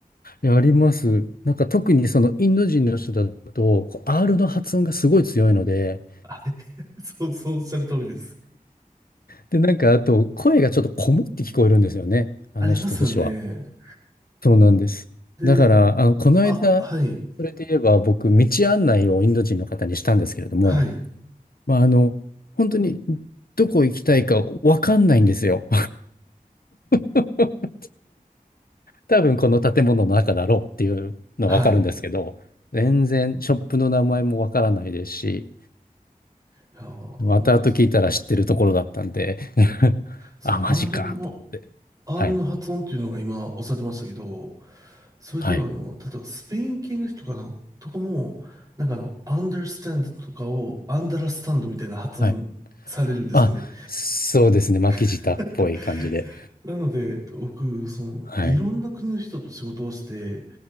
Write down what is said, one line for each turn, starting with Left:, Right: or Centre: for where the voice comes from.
Left: や、あります。なんか特にそのインド人の人だと、こう R の発音がすごい強いので、
Right: あれ <laughs>、そう、そうおっしゃる通りです。
Left: で、なんかあと、声がちょっとこもって聞こえるんですよね。あの人たちは。
Right: ありますよね。
Left: そうなんです。
Right: で、
Left: だから、あの、この間、
Right: あ、はい、
Left: それで言えば僕、道案内をインド人の方にしたんですけれども、
Right: はい、
Left: まあ、あの、本当にどこ行きたいかわかんないんですよ。<laughs> 多分この建物の中だろうっていうのはわかるんですけど、
Right: はい。
Left: 全然ショップの名前もわからないですし、
Right: あー、
Left: また後聞いたら知ってるところだったんで
Right: なんかその、
Left: <laughs>
Right: その
Left: あ、マジかと思って。
Right: R の、R
Left: はい。
Right: の発音っていうのが今おっしゃってましたけど、それではあの、
Left: はい。
Right: 例えばスペイン系の人かなとかも、なんかあの、understand とかを understand みたいな発音されるんですよね。
Left: はい。あ、そうですね。巻き舌っぽい感じで。
Right: <laughs> なので、僕、その、
Left: はい。
Right: いろんな国の人と仕事をして、